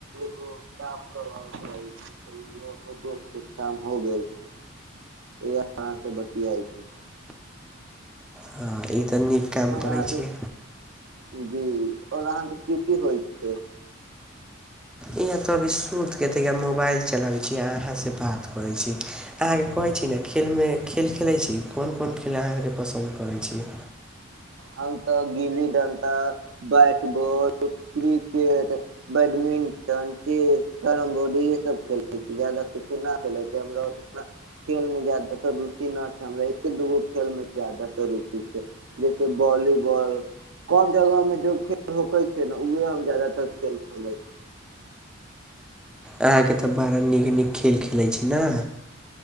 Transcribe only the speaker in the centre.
हँ ई तऽ नीक काम करैत
छी।
इहाँ तऽ अभी सुत के ता मोबाइल चलाबे छी अहा से बात करे छी अहाँ के कहे छी ने खेल में खेल खेले छी कोन कोन खेलाहारके पसन्द करै छियै।
अहाँके तऽ बड़ा नीक नीक खेल खेलैत छी न।